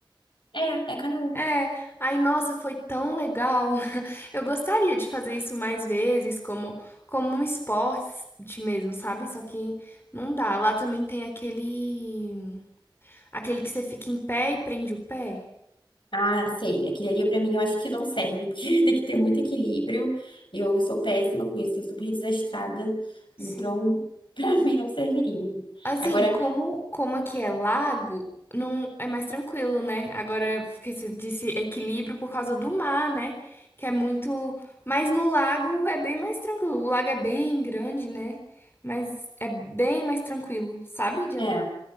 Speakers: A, on the left (about 70°); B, on the left (about 25°).
A: É, é canoa.
B: É, aí nossa, foi tão legal. <laughs> Eu gostaria de fazer isso mais vezes, como como um esporte mesmo, sabe? Só que não dá. Lá também tem aquele Aquele que você fica em pé e prende o pé?
A: Ah, sei. Aquilo ali pra mim eu acho que não serve, porque <laughs> tem que ter muito equilíbrio. Eu sou péssima com isso, sou super desastrada.
B: Sim.
A: Então, <laughs> pra mim não serviria.
B: Assim,
A: Agora,
B: como, como aqui é lago, não é mais tranquilo, né? Agora, porque você disse equilíbrio por causa do mar, né? Que é muito. Mas no lago é bem mais tranquilo. O lago é bem grande, né? Mas é bem mais tranquilo, sabe? De
A: é,
B: andar.